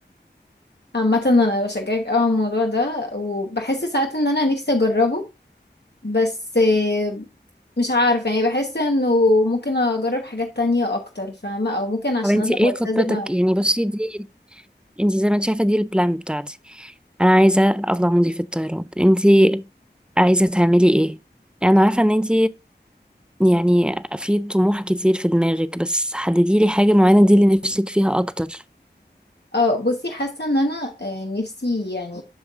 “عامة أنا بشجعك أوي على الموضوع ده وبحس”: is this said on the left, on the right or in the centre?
Left